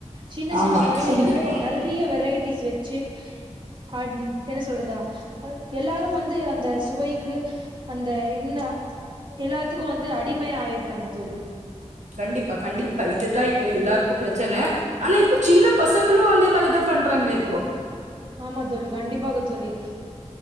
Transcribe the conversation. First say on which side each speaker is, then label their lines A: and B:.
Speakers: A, on the right; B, on the right.
A: சின்னச்
B: ஆமா
A: சின்ன கடைகள்ல
B: கண்டிப்பா
A: நெர்றைய்ய வெரைட்டிஸ் வச்சு ஆட் டென்னிஸ் சொல்லுதா அதுக் எல்லாரு வந்து அந்த சுவைக்கு அந்த என்ன எல்லாத்துக்கு வந்து அடிமையா ஆய் ரங்க தோழி
B: கண்டிப்பா கண்டிப்பா இதுதா இப்ப எல்லாருக்கு பிரச்சனை ஆனா இப்பச் சின்னப் பசங்களு அதே மாதிரிதா பண்றாங்க இப்போ
A: ஆமா தோழி கண்டிப்பாக தோழி